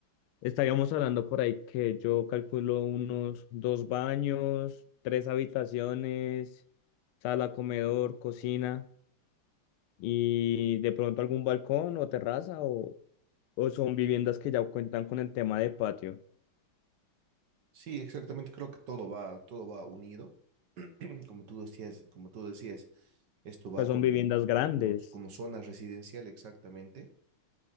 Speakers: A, on the left; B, on the right.
A: estaríamos hablando por ahí que yo calculo unos dos baños, tres habitaciones, sala, comedor, cocina. y de pronto algún balcón o terraza o, o son viviendas que ya cuentan con el tema de patio.
B: Sí, exactamente, creo que todo va, todo va unido. <clears throat> Como tú decías, como tú decías, esto va
A: Pues son
B: como,
A: viviendas grandes.
B: como, como zona residencial exactamente.